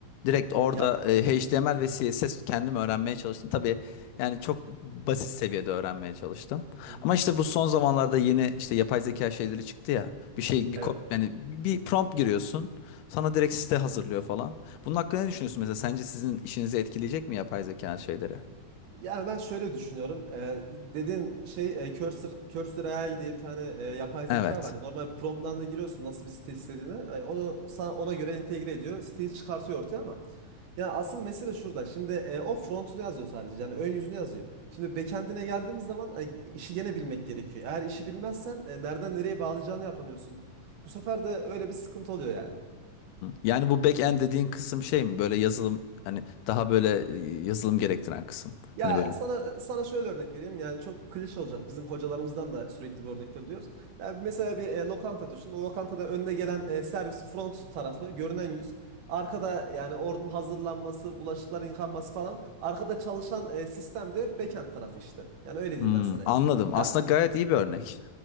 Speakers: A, on the left; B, on the right.
A: Direkt orada
B: Ya,
A: e, HTML ve CSS kendim öğrenmeye çalıştım. Tabii yani çok basit seviyede öğrenmeye çalıştım.
B: Hı hı.
A: Ama işte bu son zamanlarda yeni işte yapay zeka şeyleri çıktı ya. Bir şey
B: Evet.
A: bir kod yani bir prompt giriyorsun. Sana direkt site hazırlıyor falan. Bunun hakkında ne düşünüyorsun mesela? Sence sizin işinizi etkileyecek mi yapay zeka şeyleri?
B: Yani ben şöyle düşünüyorum. Ee, dediğin şey e, Cursor, Cursor AI diye bir tane e, yapay zeka
A: Evet.
B: var. Normal promptlarına giriyorsun nasıl bir site istediğini. E, onu sana, ona göre entegre ediyor. Siteyi çıkartıyor ortaya ama. Ya asıl mesele şurada. Şimdi e, o frontunu yazıyor sadece. Yani ön yüzünü yazıyor. Şimdi backend'ine geldiğimiz zaman e, işi gene bilmek gerekiyor. Eğer işi bilmezsen e, nereden nereye bağlayacağını yapamıyorsun. Bu sefer de öyle bir sıkıntı oluyor yani.
A: Yani bu backend dediğin kısım şey mi? Böyle yazılım hani daha böyle e, yazılım gerektiren kısım.
B: Ya
A: Hani böyle.
B: sana sana şöyle örnek vereyim. Yani çok klişe olacak. Bizim hocalarımızdan da sürekli bu örnektir diyoruz. Yani mesela bir e, lokanta düşün. O lokantada önüne gelen e, servis front tarafı görünen yüz. Arkada yani ordunun hazırlanması, bulaşıkların yıkanması falan. Arkada çalışan e, sistem de backend tarafı işte. Yani öyle diyeyim
A: Hmm,
B: ben sana yani.
A: anladım.
B: Ya
A: Aslında gayet iyi bir örnek.